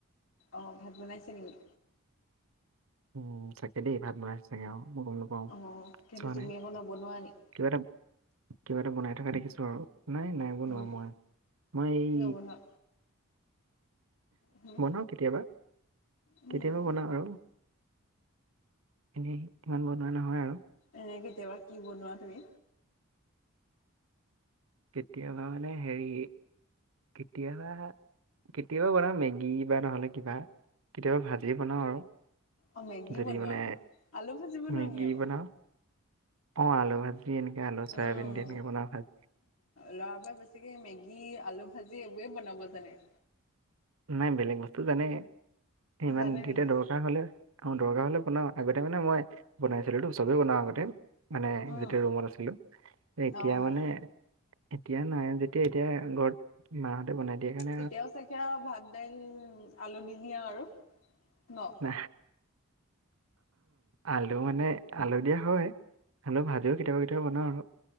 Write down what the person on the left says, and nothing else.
অঁ', ভাত বনাইছে নেকি?
অ', কেলে
তুমি
আকৌ নবনোৱা নেকি?
উম
নবনোৱা হম
উম,
এনে কেতিয়াবা কি বনোৱা তুমি?
অ' মেগী
বনোৱা?
আলু ভাজি বনোৱা
নি আকৌ?
উম।
ল'ৰাবোৰে বেছিকে মেগী আলু ভাজি এইবোৰেই বনাব জানে।
জানে
নেকি?
উম,
অ'
তেতিয়াও চাগে আৰু ভাত দাইল আলু দি দিয়া আৰু ন'।